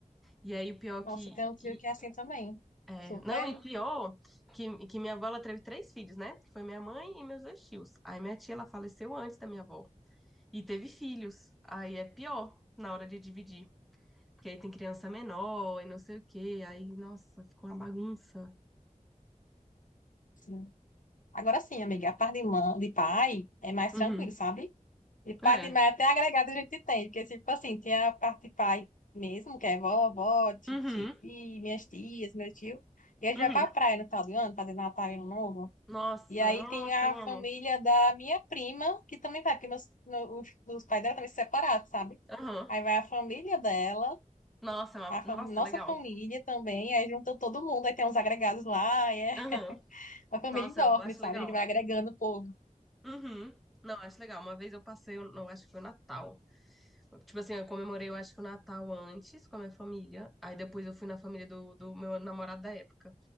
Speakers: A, in the centre; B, on the left (about 75°).
A: E aí, o pior
B: Nossa,
A: que.
B: tem um tio
A: e-
B: que é assim também.
A: é,
B: Super.
A: não, e pior que, que minha avó ela teve três filhos, né? Que foi minha mãe e meus dois tios. Aí minha tia ela faleceu antes da minha avó. E teve filhos. Aí é pior na hora de dividir. Porque aí tem criança menor e não sei o quê. Aí, nossa, ficou uma bagunça.
B: Sim. Agora sim, amiga, a parte de, mãe, de pai é mais
A: Uhum.
B: tranquilo, sabe? E pai
A: É.
B: de mãe até agregado a gente tem, porque tipo assim, tem a parte de pai mesmo, que é vovó, titi,
A: Uhum.
B: minhas tias, meu tio. E a gente
A: Uhum.
B: vai pra praia no final do ano, fazer Natal e Ano Novo.
A: Nossa,
B: E aí
A: nossa,
B: tem a
A: eu amo.
B: família da minha prima, que também vai, porque meus, meu- os, os pais dela também se separaram, sabe?
A: Aham.
B: Aí vai a família dela
A: Nossa, é uma-
B: A fam-
A: nossa,
B: nossa
A: legal.
B: família também, aí junta todo mundo, aí tem uns agregados lá, aí é
A: Aham.
B: uma família
A: Nossa,
B: enorme,
A: eu acho
B: sabe?
A: legal.
B: A gente vai agregando o povo.
A: Uhum. Não, acho legal. Uma vez eu passei, eu não acho que foi o Natal. Tipo assim, eu comemorei, eu acho que o Natal antes com a minha família. Aí depois eu fui na família do, do meu namorado da época.